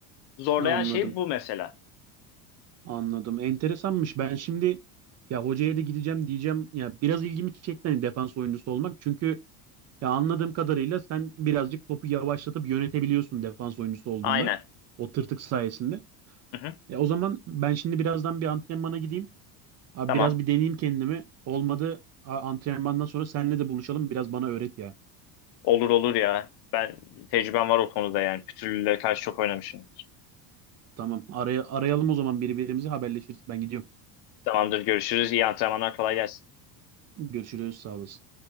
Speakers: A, on the left (about 55°); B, on the right (about 35°).
A: Zorlayan
B: Anladım.
A: şey bu mesela.
B: Anladım. Enteresanmış. Ben şimdi ya hocaya da gideceğim diyeceğim. Ya biraz ilgimi çekti hani defans oyuncusu olmak. Çünkü ya anladığım kadarıyla sen birazcık topu yavaşlatıp yönetebiliyorsun defans oyuncusu olduğunda.
A: Aynen.
B: O tırtık sayesinde.
A: Hı hı.
B: Ya o zaman ben şimdi birazdan bir antrenmana gideyim. Abi
A: Tamam.
B: biraz bir deneyeyim kendimi. Olmadı a- antrenmandan sonra seninle de buluşalım. Biraz bana öğret ya.
A: Olur olur ya. Ben tecrübem var o konuda yani. Pütürlülere karşı çok oynamışım.
B: Tamam. Araya, arayalım o zaman birbirimizi haberleşiriz. Ben gidiyorum.
A: Tamamdır görüşürüz. İyi antrenmanlar kolay gelsin.
B: Görüşürüz. Sağ olasın.